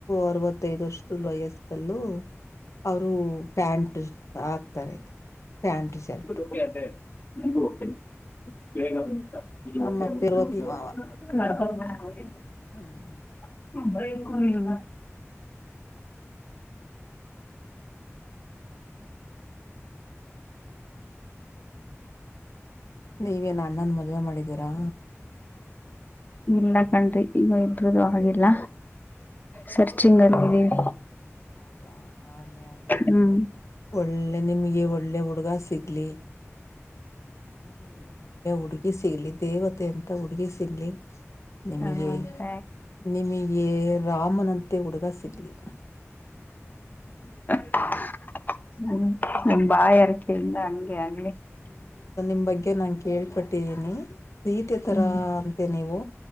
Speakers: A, on the left; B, on the left.
A: ಅರವತ್ತೈದು ವರ್ಷದ ವಯಸ್ಥಲ್ಲು. ಅವರು ಪ್ಯಾಂಟ್ ಹಾಕ್ತಾರೆ ಪ್ಯಾಂಟ್ ಶರ್ಟ್.
B: <unintelligible> <unintelligible>
A: ನಮ್ಮ ಅತ್ತೆ ಅರವತ್ತು ಮಾವ ಹ್ಮ್
B: <unintelligible>
A: ನೀವೇನ್ ಅಣ್ಣನ ಮದ್ವೆ ಮಾಡಿದ್ದೀರಾ.
B: ಇಲ್ಲ ಕಣ್ರೀ ಇನ್ನ ಇಬ್ರೂದು ಆಗಿಲ್ಲ.
A: ಹೌದಾ
B: ಸರ್ಚಿಂಗ್ ಅಲ್ಲಿ ಇದೀವಿ
A: ಹೌದಾ ಆಗ್ಲಿ ಆಗ್ಲಿ ಒಳ್ಳೆ.
B: ಹ್ಮ್
A: ಒಳ್ಳೆ ನಿಮಗೆ ಒಳ್ಳೆ ಹುಡುಗ ಸಿಗ್ಲಿ. ನನಗೆ ಒಳ್ಳೆ ಹುಡುಗಿ ಸಿಗಲಿ ದೇವತೆ ಅಂತ ಹುಡುಗಿ ಸಿಗಲಿ. ನಿಮಗೆ
B: ಹಂತ
A: ನಿಮಗೇ ರಾಮನಂತೆ ಹುಡುಗ ಸಿಗ್ಲಿ.
B: <inaudible> ನಿಮ್ ಬಾಯಿ ಹರಕ್ಕೆಯಿಂದ ಹಂಗೆ ಆಗ್ಲಿ.
A: <unintelligible> ನಿಮ್ ಬಗ್ಗೆ ನಾನ್ ಕೇಳ್ಪಟ್ಟಿದ್ದೀನಿ. ಸೀತೆ ತರ
B: ಹ್ಮ್
A: ಅಂತೆ ನೀವು